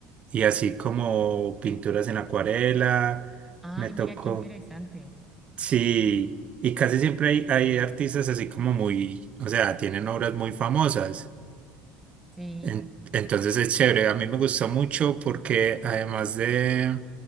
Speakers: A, on the right; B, in the centre.
A: y así como pinturas en acuarela.
B: Ay,
A: Me tocó.
B: mira qué interesante.
A: Sí, y casi siempre hay, hay artistas así como muy, o sea, tienen obras muy famosas.
B: Sí.
A: En- entonces es chévere. A mí me gustó mucho porque además de,